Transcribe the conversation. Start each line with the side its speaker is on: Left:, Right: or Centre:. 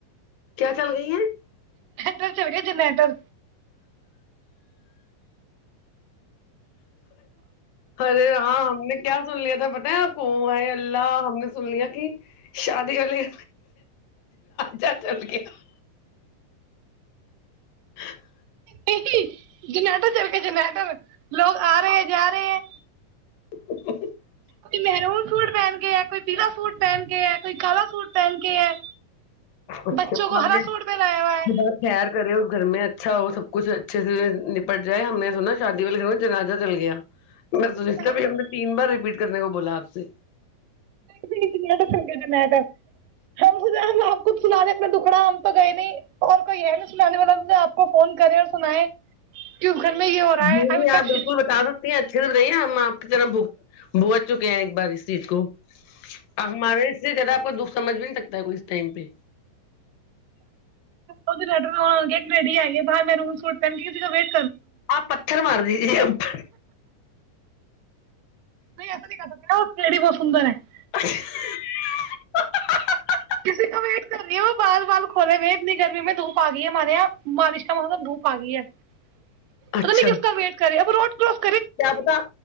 Left: کیا چل گئی ہیں <unintelligible>
Right: ادھر چل گیا جنا ادھر
Left: ہرے رام نے کیا سن لیا تھا کو آ اللہ ہم نے سن لیا کہ شادی والی چا چل کیا <unintelligible> <inaudible>
Right: نہیں جنیٹر چل کے جنیٹر لوگ آ رہے ہیں جا رہے
Left: <inaudible>
Right: کویی مرون سوٹ پہن کے ہے کوئی پیلا سوٹ پہن کے ہے کوئی کالا سوٹ پہن کے ہے
Left: اچھا
Right: بچوں کو
Left: ہم
Right: ہرا سوٹ پہنایا ہوا ہے
Left: خیر کرے اس گھر میں اچھا ہو سب کچھ اچھے سے نپٹ جائے ہم نے سنا شادی والے گھر میں جنازہ چل گیا میں دیک
Right: نہیں نہیں
Left: ہم نے تین بار رپیٹ <inaudible> کرنے کو بولا آپ سے
Right: نہیں نہیں تو تھ ہم ہم آپ خود سناے اپنا دکھڑا ہم تو گئے نہیں اور کوئی ہے نا سنانے والا آپ کو فون کرے اور سنائے کہ <inaudible> رہا
Left: جی
Right: ہے
Left: جی
Right: ابھی
Left: آپ
Right: تک
Left: بالکل بتا سکتی ہیں اچھی سےر رہی ہیں آپ آپ کی طرح بگھت بگھت چکے ہیں ایک بار اس چیز کو ا ہمارے سے جرا <inaudible> کو دکھ سمجھ بھی نہیں سکتا ہے کوئی اس ٹائم پہ
Right: ا لی لٹر میں آ گیا ری آئیئے باہ میں روم سوٹ پ کی وٹ <inaudible>
Left: آپ پتھر مار دی ت
Right: نہیں نہیں پڑی بہ سندر ہے <inaudible>
Left: <inaudible>
Right: وٹ کرنی بار بار کھولے ہوئے اتنی گرمی میں دھوپ آگئی ہے ہمارے یہاں بارش کا موسم دھوپ آگئی ہے پتہ
Left: اچھا
Right: نہیں کس کا ویٹ کر رہے روڈ کیس <unintelligible>
Left: کیا پتہ